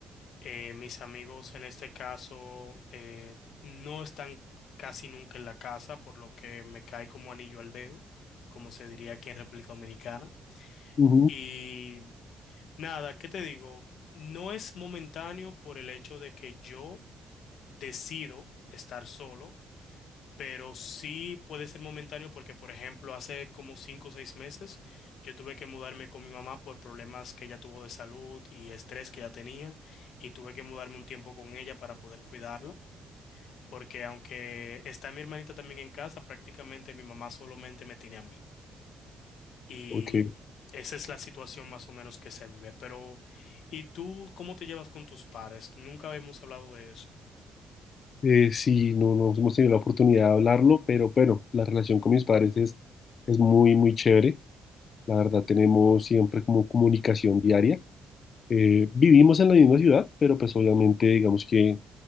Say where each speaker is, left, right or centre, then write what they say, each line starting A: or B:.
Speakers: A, on the left; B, on the left.
A: Eh, mis amigos en este caso eh, no están casi nunca en la casa, por lo que me cae como anillo al dedo, como se diría aquí en República Dominicana.
B: Ujú,
A: Y nada, ¿qué te digo? No es momentáneo por el hecho de que yo decido estar solo pero sí puede ser momentáneo porque, por ejemplo, hace como cinco o seis meses yo tuve que mudarme con mi mamá por problemas que ella tuvo de salud y estrés que ella tenía y tuve que mudarme un tiempo con ella para poder cuidarla. Porque aunque está mi hermanita también en casa, prácticamente mi mamá solamente me tiene a mí. Y
B: Ok,
A: esa es la situación más o menos que se vive. Pero, ¿y tú cómo te llevas con tus padres Nunca habíamos hablado de eso.
B: Eh, sí, no, no hemos tenido la oportunidad de hablarlo, pero, pero la relación con mis padres es, es muy, muy chévere. La verdad, tenemos siempre como comunicación diaria. Eh, vivimos en la misma ciudad, pero pues obviamente digamos que